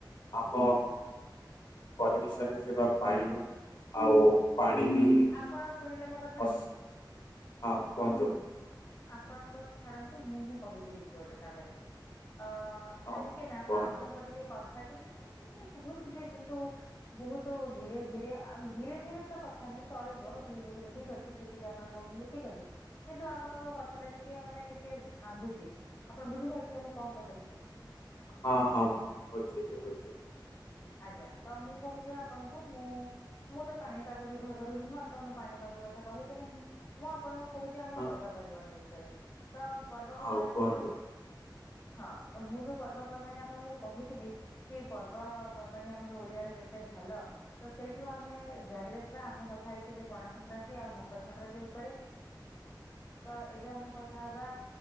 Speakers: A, on the left (about 65°); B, on the left (about 40°).
A: ଆମ ପରିବେଶରେ ଥିବା ବାୟୁ ଆଉ ପାଣି ବି
B: ଆପଣ ଶୁଣିଲେ ମୋ କଥା।
A: ଅସ ହଁ କୁହନ୍ତୁ?
B: ଆପଣଙ୍କ ଛାଡ଼ନ୍ତୁ ମୁଁ ହିଁ କହୁଛି କିଛି ଗୋଟେ ତାପରେ ଅ
A: ହଁ
B: କାହିଁକି ନା
A: କୁହନ୍ତୁ
B: ଆପଣଙ୍କ ଟିକେ କଥା ଟିକେ ମାନେ ଟିକେ ଶୁଭୁଛି ଯେ କିନ୍ତୁ ବହୁତ ଧୀରେ ଧୀରେ ଧୀରେ ଧୀରେ ତ କଥା ନାଇଁ ଚଳିବ ଧୀରେ ଧୀରେ ଠିକ ଅଛି ଜେତିିକେ ଆପଣ କହୁଛନ୍ତି ଠିକ ଅଛି। କିନ୍ତୁ ଆପଣଙ୍କ କଥା ଟା ଟିକେ ମାନେ ଟିକେ ଭାଙ୍ଗୁଛି ଆପଣ ବୁଝିପାରୁଥିବେ ମୁଁ କଣ କହିବାକୁ ଚାହୁଁଛି।
A: ହଁ ହଁ ବୁଝିଲି ବୁଝିଲି।
B: ଆଜ୍ଞା ତ ମୁଁ କହୁଚି ଆପଣଙ୍କୁ ମୁଁ ମୁଁ ତ ପାଣିପାଗ ବିଭାଗରୁ ନୁହଁ ତ ମୁଁ ପାଣିପାଗ କଥା କହିବି ନାହିଁ ମୁଁ ଆପଣ ମୁଁ କହୁଚି ଆମର
A: ହଁ
B: ପର୍ବାପର୍ବାଣୀ ବିଷୟରେ ତ ପର୍ବପର୍ବାଣୀ
A: ହଉ କୁହନ୍ତୁ
B: ମୁଁ ଯୋଉ ହଁ ତ ମୁଁ ଯୋଉ ପର୍ବପର୍ବାଣି ଆପଣଙ୍କୁ କହୁଥିଲି କି ପର୍ବ ପର୍ବାଣୀ ଆମର ଓଡ଼ିଆରେ କେତେ ଭଲ। ତ ସେଇଠୁ ଆମେ ଜାରି ରଖିବା। ଆମେ କଥା ହେଇଥିଲେ ପଣା ସଂକ୍ରାନ୍ତି‌ ଆଉ ମକର ସଂକ୍ରାନ୍ତି ଉପରେ।
A: <inaudible>
B: ତ ଏବେ ଆମେ କଥା ହବା